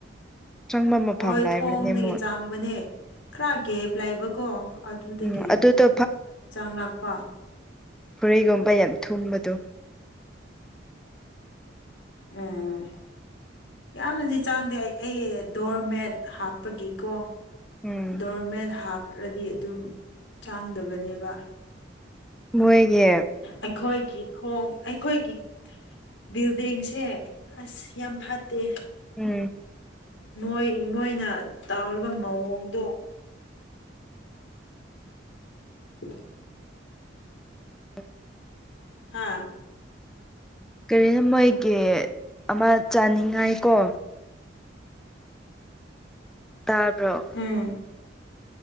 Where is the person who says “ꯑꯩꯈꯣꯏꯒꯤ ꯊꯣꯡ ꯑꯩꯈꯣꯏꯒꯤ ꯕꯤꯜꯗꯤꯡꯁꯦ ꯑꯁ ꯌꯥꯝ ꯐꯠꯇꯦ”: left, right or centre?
Left